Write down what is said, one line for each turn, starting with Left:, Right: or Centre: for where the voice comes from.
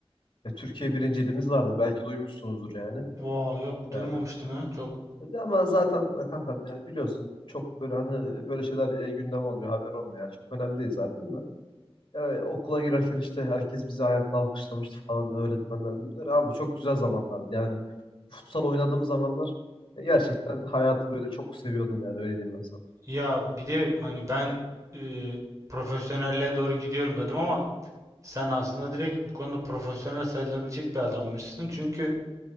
Left: e, Türkiye birinciliğimiz vardı. Belki duymuşsunuzdur yani.
Right: Wow, yok duymamıştım
Left: E,
Right: ha. Çok
Left: ya Ama zaten e, kankam yani biliyorsun çok böyle hani e, böyle şeyler e, gündem olmuyor, haber olmuyor. Yani çok önemli değil zaten de. Yani okula girerken işte herkes bizi ayakla alkışlamıştı falan öğretmenlerimiz. Böyle Abi çok güzel zamanlardı yani. Futsal oynadığım zamanlar e, gerçekten hayatı böyle çok seviyordum yani öyle diyeyim ben sana.
Right: ya bir de hani ben e, profesyonelliğe doğru gidiyorum dedim ama sen aslında direkt bu konuda profesyonel sayılabilecek bir adammışsın. Çünkü